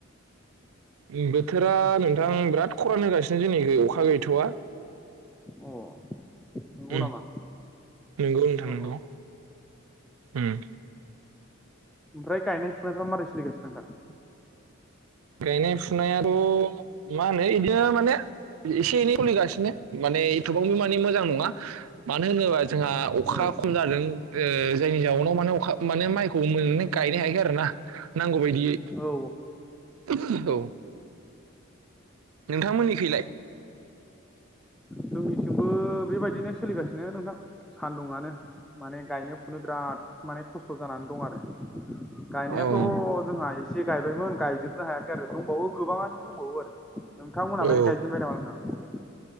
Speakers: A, on the right (about 85°); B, in the centre.
A: उम्म बे थोरा नोंथां बिराद खरान होगासिनो जोंनि अखा गैथवा
B: अ नंगौ
A: उम
B: नामा?
A: नंगौ नोंथां
B: अ
A: नंगौ
B: अ
A: उम्म।
B: ओमफ्राय गायनाय फुनायफ्रा मारै सोलिगासिनो नोंथां?
A: गायनाय फुनायाथ' मा होनो बिदिनो माने एसे एनै सलिगासिनो माने एथबांबो माने मोजां नङा मानो होनोबा जोंहा अखा
B: औ औ
A: खम जादों ओ जायनि जाउनाव माने अखा माने माइखौ मोने हगायनो हायाखै आरो ना नांगौ बायदियै।
B: औ
A: औ। नोंथांमोननिखैलाय?
B: जोंनिथिंबो बेबायदिनो सोलिगासिनो नोंथां सानदुआनो माने गायनो फुनो बिराद माने खस्थ' जाना दं आरो गायनायाथ
A: औ
B: जोंहा एसे गायबायमोन गायजोबनो हायाखै आरो दंबावो गोबाङानो दंबावो आरो नोंथांमोनहालाय
A: औ
B: गायजेनबाय नामा नोंथां?